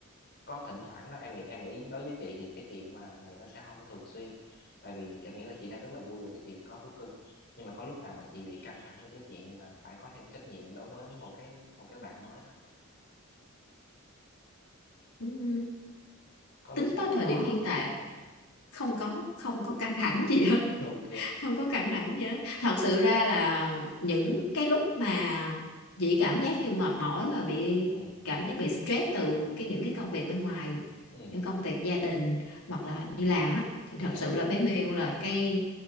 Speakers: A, on the left; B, on the left.
A: có thỉnh thoảng đó em nghĩ em nghĩ đối với chị thì cái chuyện mà này nó sẽ không thường xuyên tại vì em nghĩ là chị đang rất là vui về cái chuyện có thú cưng nhưng mà có lúc nào mà chị bị căng thẳng về cái chuyện là phải có thêm trách nhiệm đối với một cái một cái bạn mới đó
B: ừ.
A: có lúc
B: tính
A: nào
B: tới thời
A: có
B: điểm hiện tại không có không có
A: không
B: căng thẳng gì hết
A: không <laughs> ok
B: <laughs> không có căng thẳng gì hết thật sự
A: ừ
B: ra là những cái lúc mà chị cảm giác như mệt mỏi và bị
A: ừ
B: cảm giác bị stress từ cái những cái công việc bên ngoài
A: ừ
B: những công việc gia đình hoặc là đi làm á thì thật
A: dạ
B: sự là bé Miu là cái